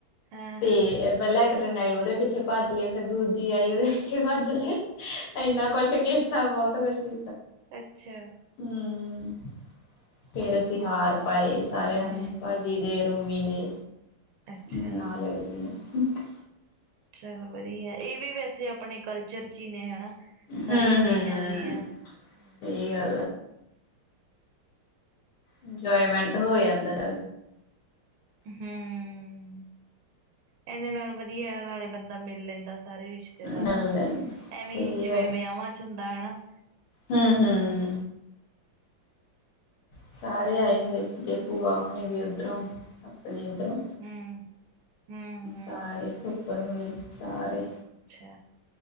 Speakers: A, on the right; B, on the left.
A: ਹਾਂ
B: ਤੇ
A: ਹਾਂ
B: ਪਹਿਲਾਂ ਏਕ ਟ੍ਰੇਨ ਆਈ ਉਹਦੇ ਪਿੱਛੇ ਭੱਜ ਲਏ। ਫਿਰ ਦੂਜੀ ਆਈ ਉਹਦੇ ਪਿੱਛੇ ਭੱਜ ਲਏ। ਇਨਾ ਕੁਸ਼ ਕੇ ਤਾਂ ਬਹੁਤ ਕਛ ਹਮ
A: ਅੱਛਾ
B: ਹਮ ਫੇਰ ਅਸੀਂ ਹਾਰ ਪਾਏ ਸਾਰਿਆਂ
A: ਹੂੰ
B: ਨੇ ਭਾਜੀ ਦੇ ਰਮੀਲੇ
A: ਅੱਛਾ
B: ਹਮ ਨਾਲ ਲ ਨੇ ਅਠ
A: ਚੱਲ ਵਧੀਆ ਇਹ ਵੀ ਵੈਸੇ ਆਪਣੇ ਕਲਚਰ ਚ ਹੀ ਨੇ ਹਨਾ ਸਾਰੀਆਂ
B: ਹਮ ਹਮ।
A: ਚੀਜ਼ਾਂ
B: ਹਮ
A: ਵਧੀਆ ਹੂੰ
B: ਸਹੀ ਗੱਲ ਆ। ਇੰਜੋਏਮੈਂਟ ਹੋ ਜਾਂਦਾ
A: ਹਮ, ਇਹੇ ਨਾਲ ਵਧੀਆ ਨਾਲੇ ਬੰਦਾ ਮਿਲ ਲੈਂਦਾ। ਸਾਰੇ ਰਿਸ਼ਤੇਦਾਰਾਂ
B: ਬੈਲੈਂਸ,
A: ਨੂੰ ਐਵੇਂ
B: ਸਹੀ
A: ਜਿਵੇਂ
B: ਗੱਲ
A: ਵਿਆਹਾਂ ਚ ਹੁੰਦਾ। ਹਨਾ? ਹ
B: ਹਮ ਹਮ ਸਾਰੇ ਆਏ ਹੋਏ ਸੀਗੇ। ਭੂਆ ਹੁਣੀ ਵੀ, ਉਧਰੋਂ ਆਪਣੇ ਇੱਧਰੋਂ
A: ਹੂੰ ਹੂੰ ਹੂੰ
B: ਸਾਰੇ ਸੁ ਪੜ ਬਣੀ ਸਾਰੇ
A: ਅੱਛਾ